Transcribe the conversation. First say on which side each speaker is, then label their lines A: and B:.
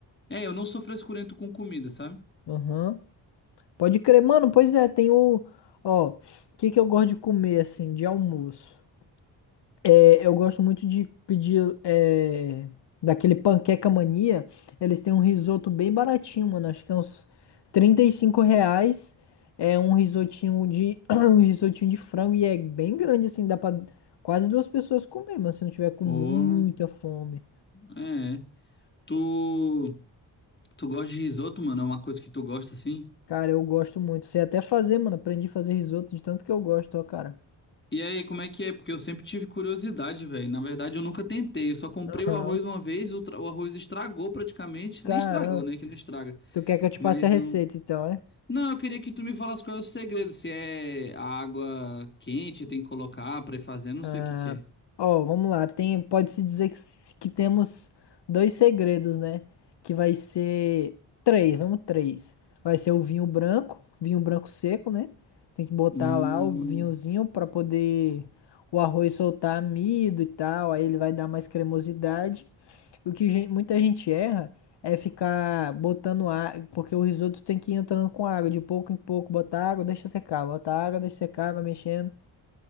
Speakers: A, on the left; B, on the left.
A: É, eu não sou frescurento com comida, sabe?
B: Aham. Pode crer, mano, pois é, tem o. Ó, o que que eu gosto de comer assim, de almoço? É, eu gosto muito de pedir é, daquele Panqueca Mania. Eles têm um risoto bem baratinho, mano. Acho que é uns 35 reais. É um risotinho de <clears throat> um risotinho de frango e é bem grande assim, dá pra quase duas pessoas comer, mano, se não tiver com
A: Porra,
B: muita fome.
A: é. Tu, tu gosta de risoto, mano? É uma coisa que tu gosta, assim?
B: Cara, eu gosto muito. Sei até fazer, mano. Aprendi a fazer risoto de tanto que eu gosto, ó, cara.
A: E aí, como é que é? Porque eu sempre tive curiosidade, velho. Na verdade, eu nunca tentei. Eu só comprei
B: Aham.
A: o arroz uma vez, o, tra- o arroz estragou praticamente.
B: Cara,
A: Nem estragou, né? Que não estraga.
B: tu quer que eu te
A: Mas
B: passe a receita
A: não.
B: então, é?
A: Não, eu queria que tu me falasse qual é o segredo. Se é a água quente, tem que colocar pra ir fazendo, não
B: Ah,
A: sei o que que é.
B: ó, vamos lá. Tem, pode-se dizer que, s- que temos dois segredos, né? Que vai ser três, vamos três. Vai ser o vinho branco, vinho branco seco, né? Tem que botar
A: Hum,
B: lá o vinhozinho para poder o arroz soltar amido e tal. Aí ele vai dar mais cremosidade. O que gen- muita gente erra é ficar botando água, porque o risoto tem que ir entrando com água, de pouco em pouco, botar água, deixa secar, botar água, deixa secar, vai mexendo.